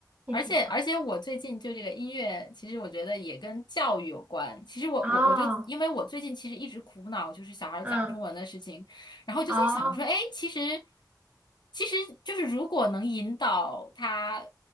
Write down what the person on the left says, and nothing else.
而且而且我最近就这个音乐，其实我觉得也跟教育有关。其实我我我就因为我最近其实一直苦恼就是小孩儿讲中文的事情，
然后我就在想说，
哎，其实其实就是如果能引导他